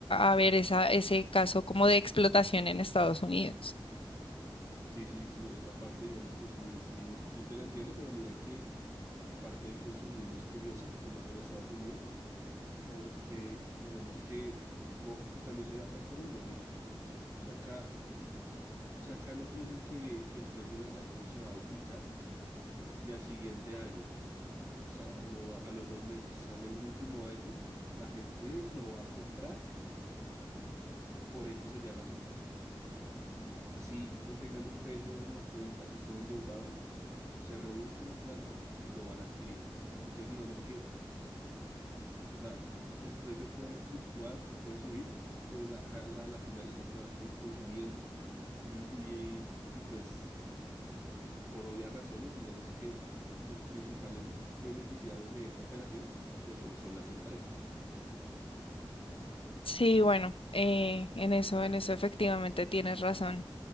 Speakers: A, on the left; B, on the right.
A: a- a ver esa, ese caso como de explotación en Estados Unidos.
B: Sí, sí, sí, esa parte digamos que sí, sí, sí te la entiendo, pero mira que la parte del consumismo es curiosa y más en Estados Unidos, porque digamos que, o- y también se ve acá en Colombia, mira, si acá, si acá nos dicen que, que el precio del iPhone se va a duplicar y al siguiente año. sa- o a, a los dos meses sale el último iPhone, la gente lo va a comprar por X o Y razón. Así no tengan un peso en la cuenta, si estén endeudados, se rebuscan la plata y lo van a adquirir. Entonces digamos que, s- o sea, el precio puede fluctuar o puede subir, pero la, a la, a la final la gente va a seguir consumiendo. Y, y, y pues por obvias razones, digamos que los principales beneficiados de esta operación, pues son, los- son las empresas.
A: Sí, bueno, eh, en eso, en eso efectivamente tienes razón.